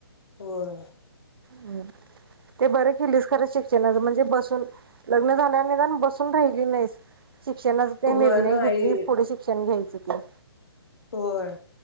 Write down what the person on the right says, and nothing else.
हम्म ते बरं क ॆलीस खर शिक्षणाच म्हणजे बसून लग्न झाल्या निदान बसून राहिली नाहीस. शिक्षणाचा ते
निर्णय
घेतलीस पुढे शिक्षण घ्यायच <inaudible>